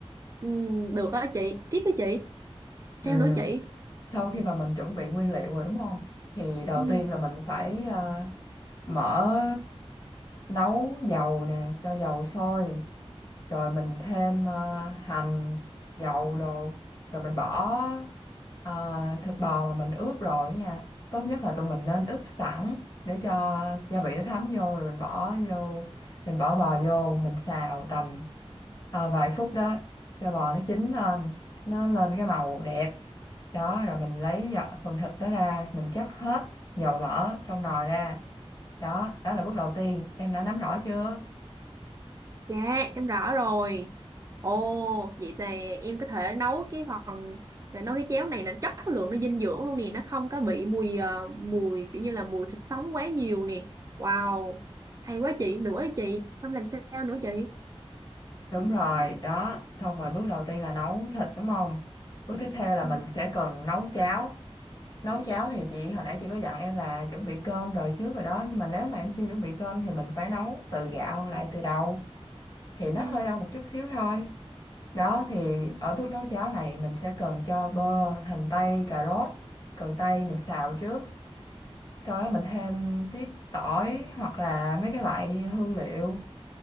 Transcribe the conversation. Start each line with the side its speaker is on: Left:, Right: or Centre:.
Right: Ừ, được á chị, tiếp với chị. Sao
Left: Ừ.
Right: nữa chị?
Left: Sau khi mà mình chuẩn bị nguyên liệu rồi đúng không? Thì đầu
Right: Ừ,
Left: tiên là mình phải ờ, mở nấu dầu nè cho dầu sôi rồi mình thêm ờ, hành dầu đồ rồi mình bỏ ờ, thịt bò mà mình ướp rồi nha tốt nhất là tụi mình nên ướp sẵn để cho gia vị nó thấm vô rồi mình bỏ vô mình bỏ bò vô mình xào tầm ờ, vài phút đó cho bò nó chín lên nó lên cái màu đẹp đó rồi mình lấy dạ- phần thịt đó ra mình chắc hết dầu mỡ trong nồi ra đó đó là bước đầu tiên em đã nắm rõ chưa
Right: dạ, em rõ rồi. Ồ, vậy là em có thể nấu cái phần, nấu cái chéo này là chất lượng nó dinh dưỡng luôn nè. Nó không có bị mùi, ờ, mùi kiểu như là mùi thịt sống quá nhiều nè. Wow, hay quá chị, nữa chị. Xong làm sao nữa chị?
Left: Đúng rồi, đó. Xong rồi bước đầu tiên là nấu thịt đúng không? Bước tiếp theo là
Right: Ừ.
Left: mình sẽ cần nấu cháo. Nấu cháo thì chị hồi nãy chị có dặn em là chuẩn bị cơm rồi trước rồi đó. Nhưng mà nếu mà em chưa chuẩn bị cơm thì mình phải nấu từ gạo lại từ đầu. Thì nó
Right: ừ.
Left: hơi lâu một chút xíu thôi. Đó thì ở bước nấu cháo này mình sẽ cần cho bơ, hành tây, cà rốt. Cần tây mình xào trước. Sau đó mình thêm tiếp tỏi hoặc là mấy cái loại hương liệu